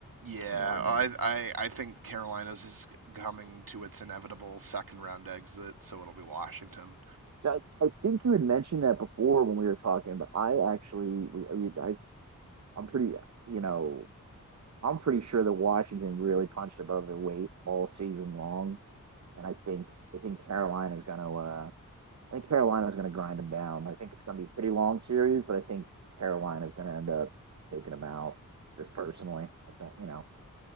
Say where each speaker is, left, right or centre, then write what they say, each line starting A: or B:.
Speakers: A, on the right (about 80°); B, on the right (about 50°).
A: yeah,
B: um,
A: I, I I think Carolina's is coming to its inevitable second round exit, so it'll be Washington.
B: so I, I think you had mentioned that before when we were talking, but I actually we, we I I'm pretty you know I'm pretty sure that Washington really punched above their weight all season long and I think I think Carolina's going to uh, I think Carolina's going to grind them down. I think it's going to be a pretty long series, but I think Carolina's going to end up taking them out. Just personally, I think you know.